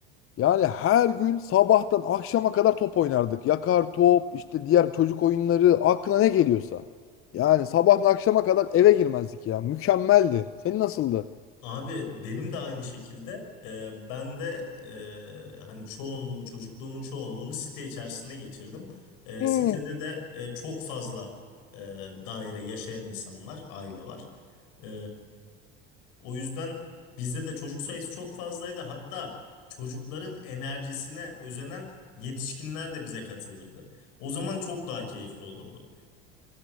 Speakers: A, on the left; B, on the left.
A: yani her gün sabahtan akşama kadar top oynardık. Yakar top, işte diğer çocuk oyunları, aklına ne geliyorsa. Yani sabahtan akşama kadar eve girmezdik ya. Mükemmeldi. Senin nasıldı?
B: Abi benim de aynı şekilde e, ben de e, hani çoğunluğumu çocukluğumun çoğunluğunu site içerisinde geçirdim. E,
A: Hmm.
B: sitede de e, çok fazla e, daire yaşayan insan var, aile var. E, O yüzden bizde de çocuk sayısı çok fazlaydı. Hatta çocukların enerjisine özenen yetişkinler de bize katılırdı. O zaman çok daha keyifli olurdu.